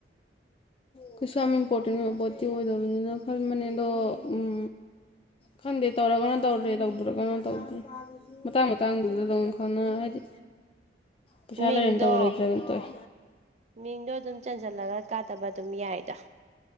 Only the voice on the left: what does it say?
ꯀꯩꯁꯨ ꯌꯥꯝ ꯏꯝꯄꯣꯔꯇꯦꯟ ꯑꯣꯢꯕ ꯄꯣꯠꯇꯤ ꯑꯣꯏꯗꯕꯅꯤꯅ ꯈꯟꯕꯅꯦꯑꯗꯣ ꯎꯝ ꯈꯪꯗꯦ ꯇꯧꯔꯒꯅ ꯇꯧꯔꯦ ꯇꯧꯗ꯭ꯔꯒꯅ ꯇꯧꯗ꯭ꯔꯦ ꯃꯇꯥꯡ ꯃꯇꯥꯡꯗꯨꯗ ꯑꯗꯨꯝ ꯈꯪꯅ ꯍꯥꯏꯗꯤ ꯄꯩꯁꯥ
ꯂꯩꯔꯅ ꯇꯧꯔꯦ ꯂꯩꯇ꯭ꯔꯒꯅ ꯇꯣꯛꯑꯦ